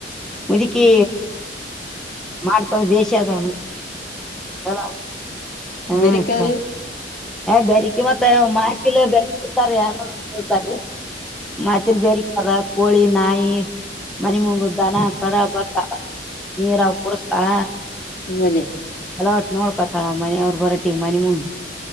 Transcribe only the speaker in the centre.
ಮುುದಕಿ ಮಾಡ್ತದ ಬೇಷ ಅದ ಮು. ಚಲ ಹ್ಮ್
ಅಚಾ. ಬೆರಿಕಿ ಮತ್ತ ಮಾತಿಲ್ ಬೇಕರಿ ಇತಾರ ಯಾರಾದ ಹತಾರೀ. ಮಾತಿನ ಬೈಕರ್ಸ್ ಬೇರೆದ ಕೋಳಿ ನಾಯಿ ಮನೆ ಮುಂದದ್ದಾನ. ಬಡ ಬರ್ತಾರ ನೀರ ಕುಡಸ್ತಾರ.
ಅಲವಟ್ಟ ನೋಡ್ಕೊತಾಳ ಮನೆ ಅವ್ರು ಬರಟಿಗೆ ಮನೆ ಮುಂದೆ.